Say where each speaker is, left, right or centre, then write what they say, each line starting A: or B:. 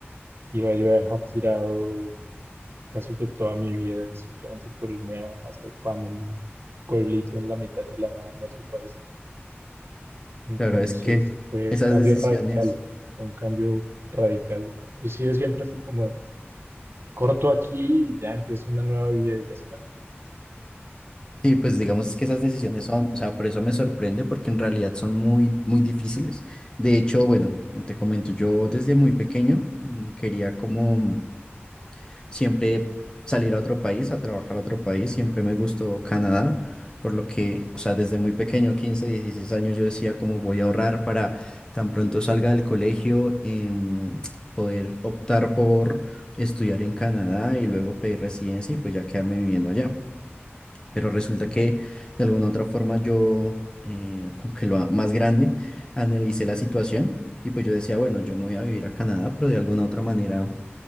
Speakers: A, on the right (about 65°); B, on the left (about 20°).
A: iba yo a dejar tirado casi que toda mi vida simplemente por irme a hacer pan en un pueblito en la mitad de la nada en otro país. Entonces
B: claro, es que
A: fue
B: esas
A: un cambio
B: decisiones...
A: radical, fue un cambio radical. Yo he sido siempre así como corto aquí y ya empiezo una nueva vida y ya está.
B: Sí, pues digamos es que esas decisiones son, o sea, por eso me sorprende, porque en realidad son muy, muy difíciles. De hecho, bueno, te comento, yo desde muy pequeño mm, quería como mm, siempre salir a otro país, a trabajar a otro país, siempre me gustó Canadá, por lo que, o sea, desde muy pequeño, 15, 16 años, yo decía como voy a ahorrar para tan pronto salga del colegio, em, poder optar por estudiar en Canadá y luego pedir residencia y pues ya quedarme viviendo allá pero resulta que de alguna u otra forma yo, eh, como que lo a- más grande, analicé la situación y pues yo decía, bueno, yo me voy a vivir a Canadá, pero de alguna u otra manera